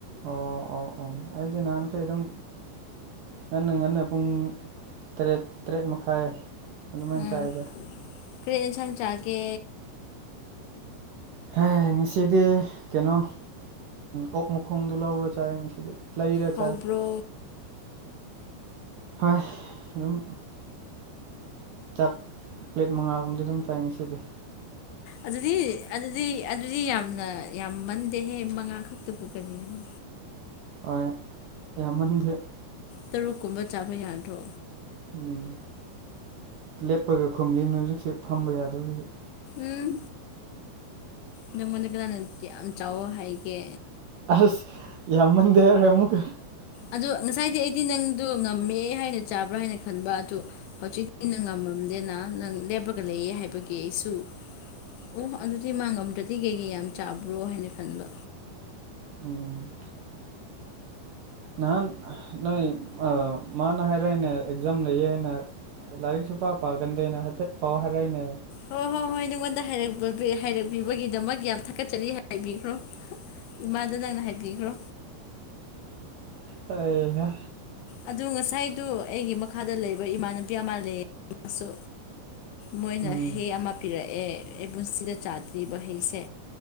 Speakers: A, on the right (about 70°); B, on the left (about 80°).
A: ꯑꯣ ꯑꯣ ꯑꯣ ꯑꯩꯗꯤ ꯅꯥꯟ ꯀꯩ ꯑꯗꯨꯝ ꯉꯟꯅ ꯉꯟꯅ ꯄꯨꯡ ꯇꯔꯦꯠ ꯇꯔꯦꯠ ꯃꯈꯥꯏ ꯑꯗꯨꯃꯥꯏꯅ
B: ꯎꯝ
A: ꯆꯥꯏꯗ
B: ꯀꯔꯤꯦꯟ ꯑꯦꯟꯁꯥꯡ ꯆꯥꯒꯦ
A: ꯍ ꯉꯁꯤꯗꯤ ꯀꯩꯅꯣ ꯑꯣꯛ ꯃꯈꯣꯡꯗꯣ ꯂꯧꯔꯣ ꯆꯥꯏ ꯉꯁꯤꯗꯤ ꯂꯩꯔ
B: ꯈꯥꯎꯕ꯭ꯔꯣ
A: ꯆꯥꯏ ꯍꯣꯏ ꯑꯗꯨꯝ ꯆꯥꯛ ꯄ꯭ꯂꯦꯠ ꯃꯉꯥꯒꯨꯝꯕꯗꯤ ꯑꯗꯨꯝ ꯆꯥꯏꯅꯤ ꯁꯤꯗꯤ
B: ꯑꯗꯨꯗꯤ ꯑꯗꯨꯗꯤ ꯑꯗꯨꯗꯤ ꯌꯥꯝꯅ ꯌꯥꯝꯃꯟꯗꯦꯍꯦ ꯃꯉꯥ ꯈꯛꯇꯕꯨ ꯀꯔꯤꯅꯣ
A: ꯍꯣꯏ ꯑꯌꯥꯝꯃꯟꯈꯦ
B: ꯇꯔꯨꯛ ꯀꯨꯝꯕ ꯆꯥꯕ ꯌꯥꯗ꯭ꯔꯣ
A: ꯎꯝ ꯂꯦꯞꯄꯒ ꯈꯣꯨꯝꯂꯤꯅ ꯍꯧꯖꯤꯛꯁꯦ ꯐꯝꯕ ꯌꯥꯗꯣꯏꯁꯦ
B: ꯎꯝ ꯅꯪꯉꯣꯟꯗ ꯀꯅꯥꯅ ꯌꯥꯝ ꯆꯥꯎꯋ ꯍꯥꯏꯒꯦ
A: ꯑꯁ ꯌꯥꯝꯃꯟꯗꯦꯔꯦ ꯑꯃꯨꯛꯀ
B: ꯑꯗꯣ ꯉꯁꯥꯏꯗꯤ ꯑꯩꯗꯤ ꯅꯪꯗꯣ ꯉꯝꯃꯦ ꯍꯥꯏꯅ ꯆꯥꯕ꯭ꯔꯥ ꯍꯥꯏꯅ ꯈꯟꯕ ꯑꯗꯨ ꯍꯧꯖꯤꯛꯇꯤ ꯅ ꯉꯝꯃꯝꯗꯦꯅ ꯅꯪ ꯂꯦꯞꯄꯒ ꯂꯩꯌꯦ ꯍꯥꯏꯕꯒꯤ ꯑꯩꯁꯨ ꯑꯣ ꯑꯗꯨꯗꯤ ꯃꯥꯡꯉꯝꯗ꯭ꯔꯗꯤ ꯀꯩꯀꯩ ꯌꯥꯝ ꯆꯥꯕ꯭ꯔꯣ ꯍꯥꯏꯅ ꯈꯟꯕ
A: ꯎꯝ ꯅꯍꯥꯟ ꯅꯣꯏ ꯃꯥꯅ ꯍꯥꯏꯔ ꯍꯥꯏꯅ ꯑꯦꯛꯖꯥꯝ ꯂꯩꯌꯦ ꯍꯥꯏꯅ ꯂꯥꯏꯔꯤꯛꯁꯨ ꯄꯥ ꯄꯥꯒꯟꯗꯦꯅꯦ ꯍꯥꯏꯐꯦꯠ ꯄꯥꯎ ꯍꯥꯏꯔꯛꯏꯅꯦ
B: ꯍꯣꯏ ꯍꯣꯏ ꯍꯣꯏ ꯅꯪꯉꯣꯟꯗ ꯍꯥꯏꯔꯄ ꯍꯥꯏꯔꯛꯄꯤꯕꯒꯤꯗꯃꯛ ꯌꯥꯝ ꯊꯥꯒꯠꯆꯔꯤ ꯍꯥꯏꯕꯤꯈ꯭ꯔꯣ ꯏꯃꯥꯗ ꯅꯪꯅ ꯍꯥꯏꯕꯤꯈ꯭ꯔꯣ
A: ꯑꯦ
B: ꯑꯗꯨ ꯉꯁꯥꯏꯗꯨ ꯑꯩꯒꯤ ꯃꯈꯥꯗ ꯂꯩꯕ ꯏꯃꯥꯟꯅꯄꯤ ꯑꯃ ꯂꯩꯁꯨ ꯃꯣꯏꯅ
A: ꯎꯝ
B: ꯍꯩ ꯑꯃ ꯄꯤꯔꯛꯑꯦ ꯑꯩ ꯄꯨꯟꯁꯤꯗ ꯆꯥꯗ꯭ꯔꯤꯕ ꯍꯩꯁꯦ